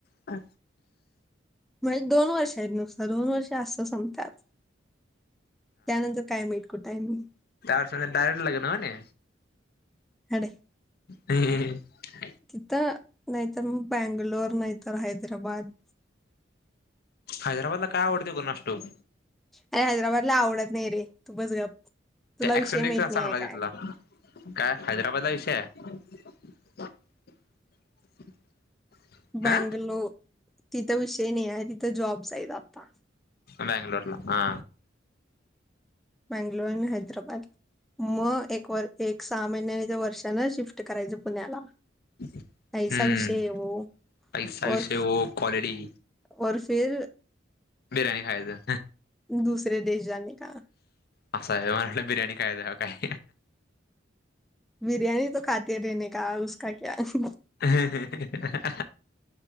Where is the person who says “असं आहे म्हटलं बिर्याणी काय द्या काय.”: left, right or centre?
Left